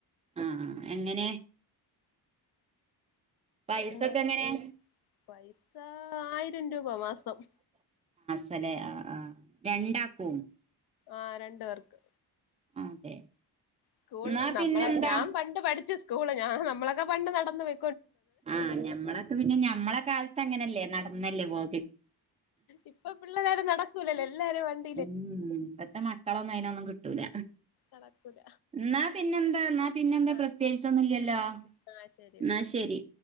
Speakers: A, on the right; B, on the left.
A: ആഹ എങ്ങനെ പൈസൊക്കെ
B: എന്താണ്
A: എങ്ങനെയാ.
B: പൈസ ആയിരം രൂപ മാസം.
A: <unintelligible>
B: ആ രണ്ട് പേർക്ക്.
A: ആ അതെ.
B: സ്കൂൾ
A: എന്നാ
B: നമ്മളെ
A: പിന്നെന്താ
B: ഞാൻ പണ്ട് പഠിച്ചു സ്കൂള് ഞാൻ നമ്മളൊക്കെ പണ്ട് നടന്ന് വെ
A: ആ ഞമ്മളൊക്കെ പിന്നെ ഞമ്മളെ കാലത്ത് അങ്ങനെയല്ലേ നടന്നല്ലേ പോ
B: ഇപ്പൊ പിള്ളോരും നടക്കൂലല്ലോ എല്ലാരും വണ്ടി
A: ഉം ഇപ്പത്തെ മക്കളൊന്നും അതിനൊന്നും കിട്ടൂല.
B: നടക്കൂല
A: എന്നാ പിന്നെന്താ നാ പിന്നെ എന്താ
B: ആ
A: പ്രത്യേകിച്ച് ഒന്നുമില്ലല്ലോ.
B: ശരി ആ ശരി
A: എന്നാ
B: പിന്നെ
A: ശരി.